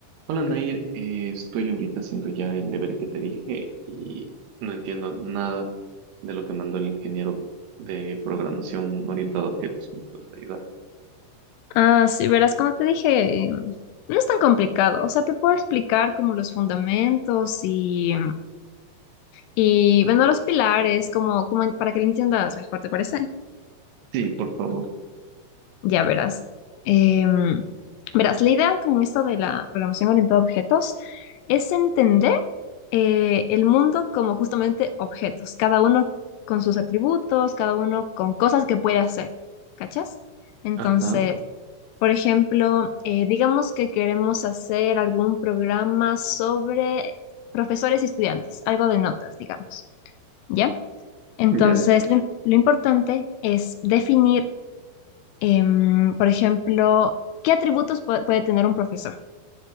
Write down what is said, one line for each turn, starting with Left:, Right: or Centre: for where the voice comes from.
Right: Hola Nair, Eh, estoy ahorita haciendo ya el deber que te dije y no entiendo nada de lo que mandó el ingeniero de programación orientado a objetos. ¿Me puedes ayudar?
Left: Ah, sí, verás, como te dije, eh, no es tan complicado. O sea, te puedo explicar como los fundamentos y, y bueno, los pilares, como, como en- para que lo entiendas mejor, ¿te parece?
Right: Sí, por favor.
Left: Ya verás. Em, verás, la idea con esto de la programación orientada a objetos es entender eh, el mundo como justamente objetos, cada uno con sus atributos, cada uno con cosas que puede hacer, ¿cachas? Entonces...
Right: Ajá,
Left: Por ejemplo, eh, digamos que queremos hacer algún programa sobre profesores y estudiantes, algo de notas, digamos, ¿ya? Entonces,
Right: ya.
Left: lo, lo importante es definir, em, por ejemplo, qué atributos pue- puede tener un profesor.